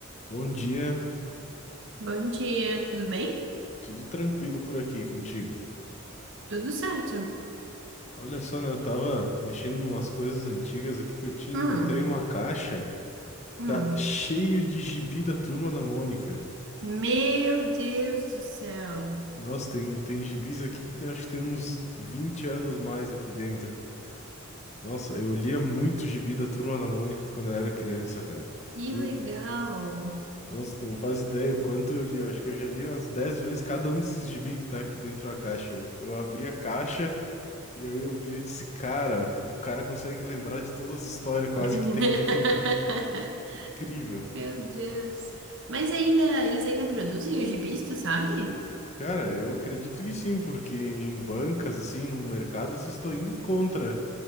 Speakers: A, on the left (about 35°); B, on the right (about 65°).
A: Bom dia,
B: Bom dia, tudo bem?
A: tudo tranquilo por aqui contigo.
B: Tudo certo.
A: Olha só, né? Eu tava mexendo em umas coisas antigas aqui que eu tinha,
B: Hum,
A: encontrei uma caixa,
B: hum.
A: tá cheio de gibi da Turma da Mônica.
B: Meu Deus do céu,
A: Nossa, tem, tem gibis aqui que tem- acho que tem uns 20 anos mais aqui dentro. Nossa, eu lia muito gibi da Turma da Mônica quando eu era criança, cara.
B: que
A: Tu,
B: legal.
A: nossa, não faz ideia o quanto eu li. Eu acho que eu já li umas 10 vezes cada um desses gibi que tá aqui dentro da caixa. Eu, eu abri a caixa. E aí eu vi e disse, cara, o cara consegue lembrar de todas as histórias quase
B: <laughs>
A: que tem <laughs> dentro. Incrível.
B: Meu Deus. Mas ainda, eles ainda produzem os gibis, tu sabe?
A: Cara, eu acredito que sim, porque em bancas, assim, no mercado, vocês estão indo em contra